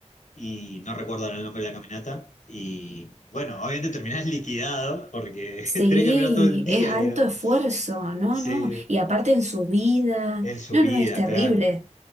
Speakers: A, on the left; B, on the right.
A: y no recuerdo ahora el nombre de la caminata, y bueno, obviamente terminás liquidado porque
B: Sí,
A: <laughs> tenés que caminar todo el día,
B: es alto
A: digamos,
B: esfuerzo, no,
A: sí,
B: no. Y aparte en su vida,
A: en subida,
B: no, no, es terrible.
A: claro.